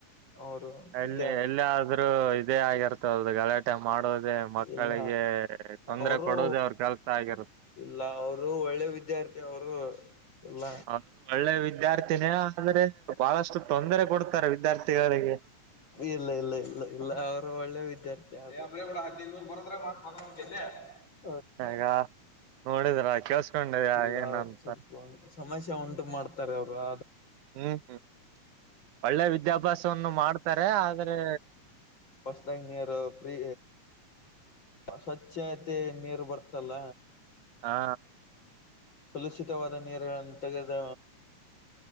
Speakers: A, on the left (about 40°); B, on the right (about 80°).
A: ಅವರು
B: ಎಲ್ಲಿ
A: ಇಲ್ಲ
B: ಎಲ್ಲ ಆದ್ರೂ ಇದೇ ಆಗಿರ್ತ್ <unintelligible> ಟ್ಟ ಮಾಡೋದೇ ಮಕ್ಕಳಿಗೆ
A: ಇಲ್ಲ
B: ತೊಂದರೆ
A: ಅವರು
B: ಕೊಡುವುದೇ ಅವ್ರ ಕೆಲ್ಸ ಆಗಿರುತ್ತೆ.
A: ಇಲ್ಲ ಅವರು ಒಳ್ಳೆ ವಿದ್ಯಾರ್ಥಿ ಅವರು ಇಲ್ಲ
B: ಅದು ಒಳ್ಳೆ ವಿದ್ಯಾರ್ಥಿನೇ ಆದ್ರೆ ಬಹಳಷ್ಟು ತೊಂದರೆ ಕೊಡ್ತಾರೆ ವಿದ್ಯಾರ್ಥಿಗಳಿಗೆ
A: ಇಲ್ಲ ಇಲ್ಲ ಇಲ್ಲ ಇಲ್ಲ ಅವರು ಒಳ್ಳೆ ವಿದ್ಯಾರ್ಥಿ. <unintelligible>
B: <unintelligible> ನೋಡಿದ್ರ ಕೇಳಸ್ಕೊಂಡಿದ್ಯಾ
A: ಇಲ್ಲ
B: ಏನ
A: ಅವರು
B: ಅಂತ
A: ಸ್ವಲ್ಪ ಸಮಸ್ಯೆ ಉಂಟು ಮಾಡ್ತಾರೆ ಅವರು ಆದ
B: ಹ್ಮ್ ಹ್ಮ್ ಒಳ್ಳೆ ವಿದ್ಯಾಭ್ಯಾಸವನ್ನು ಮಾಡ್ತಾರೆ ಆದ್ರೆ
A: ಹೊಸದಾಗಿ ನೀರು ಪ್ರೀ ಸ್ವಚ್ಛತೆ ನೀರು ಬರ್ತಲ್ಲ
B: ಹಾ
A: ಕಲುಷಿತವಾದ ನೀರಗಳನ್ನು ತೆಗೆದ